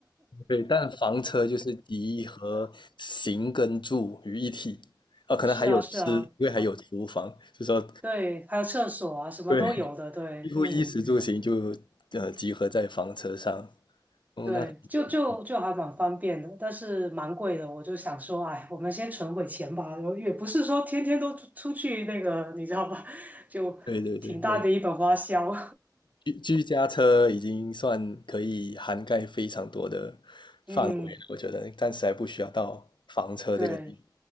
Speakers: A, on the left; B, on the right.
A: 对，但房车就是集合行跟住于一体，啊，
B: <laughs>
A: 可能还有吃，
B: 是啊，是啊，
A: 因为还有厨房，
B: 啊，
A: 就说
B: 对，还有厕所啊，什么都有的，
A: 对，
B: 对，
A: 几乎衣食住行就呃集合在房车上。
B: 嗯。
A: 哦，
B: 对，
A: 那挺有意思
B: 就就就还蛮方便的，但是蛮贵的。我就想说，哎，我们先存会钱吧。然后也不是说天天都出出去那个，你知道吧？<laughs> 就挺大的一本花销。
A: 对对对，没居居家车已经算可以涵盖非常多的范围了，
B: <laughs> 嗯，
A: 我觉得暂时还不需要到房车这个地。
B: 对。